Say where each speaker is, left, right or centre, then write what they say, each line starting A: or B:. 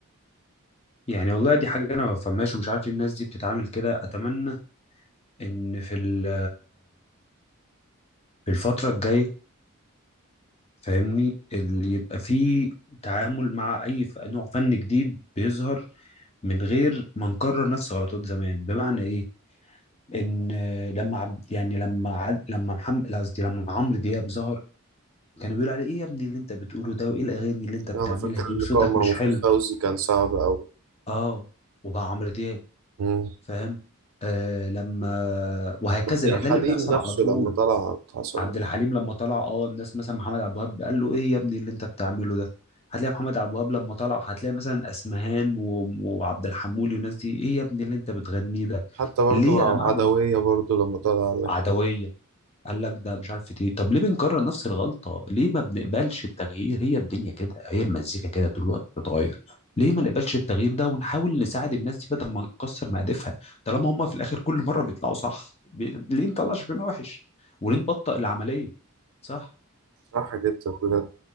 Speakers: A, on the left; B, on the right.
A: يعني والله دي حاجة أنا ما بفهمهاش ومش عارف إيه الناس دي بتتعامل كده أتمنى ان في ال- في الفتره الجايه فاهمني ال- يبقى في تعامل مع اي ف- نوع فن جديد بيظهر من غير ما نكرر نفس غلطات زمان بمعنى ايه ان لما عب يعني لما عد لما محمد قصدي لما عمرو دياب ظهر كانوا بيقولوا عليه ايه يا ابني اللي انت بتقوله ده وايه الاغاني اللي انت بتعملها
B: يعني انا فاكر
A: دي
B: اللقاء
A: وصوتك
B: مع
A: مش
B: مفيد
A: حلو
B: فوزي كان صعب قوي
A: اه وبقى عمرو دياب
B: مم.
A: فاهم آه لما وهكذا
B: عبد الحليم
A: يعني ده اللي بيحصل
B: نفسه
A: على طول
B: لما طلع حصل
A: عبد
B: له.
A: الحليم لما طلع اه الناس مثلا محمد عبد الوهاب قال له ايه يا ابني اللي انت بتعمله ده هتلاقي محمد عبد الوهاب لما طلع هتلاقي مثلا اسمهان و... وعبد الحمولي والناس دي ايه يا ابني اللي انت بتغنيه ده
B: حتى برضو
A: ليه يا
B: عدوية
A: جماعه بن-
B: برضو لما طلع قال لك
A: عدويه قال لك ده مش عارف ايه طب ليه بنكرر نفس الغلطه ليه ما بنقبلش التغيير هي الدنيا كده هي المزيكا كده طول الوقت بتتغير ليه ما نقبلش التغيير ده ونحاول نساعد الناس دي بدل ما نكسر مقادفها طالما هم في الاخر كل مره بيطلعوا صح بي... ليه نطلع شكلنا وحش وليه نبطئ العمليه صح
B: صح جدا بجد